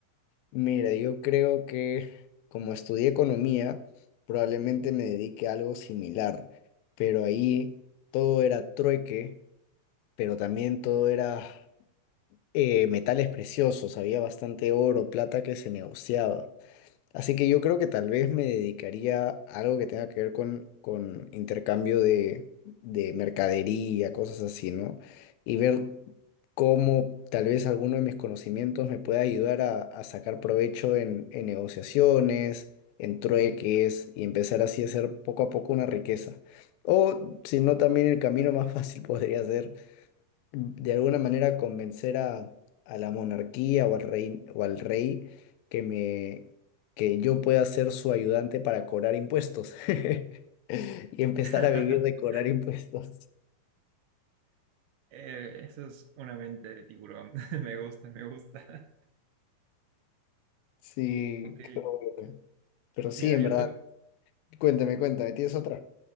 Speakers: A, on the left; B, on the right.
A: mira, yo creo que como estudié economía, probablemente me dedique a algo similar. Pero ahí todo era trueque, pero también todo era eh, metales preciosos. Había bastante oro, plata que se negociaba. Así que yo creo que tal vez me dedicaría a algo que tenga que ver con, con intercambio de, de mercadería, cosas así, ¿no? Y ver cómo tal vez alguno de mis conocimientos me pueda ayudar a, a sacar provecho en, en negociaciones, en trueques y empezar así a hacer poco a poco una riqueza. O si no, también el camino más fácil <laughs> podría ser de alguna manera convencer a, a la monarquía o al rey, o al rey que me, que yo pueda ser su ayudante para cobrar impuestos <laughs> y empezar
B: <laughs>
A: a vivir de cobrar impuestos.
B: Eh, eso es una mente de tiburón. <laughs> Me gusta, me gusta.
A: Sí,
B: <laughs> Ok,
A: qué bueno. Pero sí,
B: mira,
A: en
B: yo
A: verdad,
B: tengo,
A: cuéntame, cuéntame, ¿tienes otra?